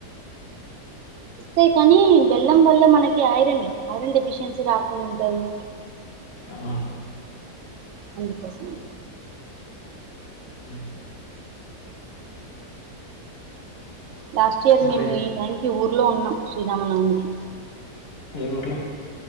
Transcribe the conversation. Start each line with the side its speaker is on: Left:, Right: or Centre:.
Right: యి కానీ బెల్లం వల్ల మనకి ఐరన్ ఐరన్ డెఫిషియన్సీ రా వున్ ఉంటది
Left: ఆహ
Right: అందుకోసమే
Left: హ్మ్
Right: లాస్ట్ ఇయర్
Left: మరి
Right: మేము ఈ టైంకి ఊర్లో ఉన్నాం శ్రీరామనవమికి
Left: ఏ ఊర్లో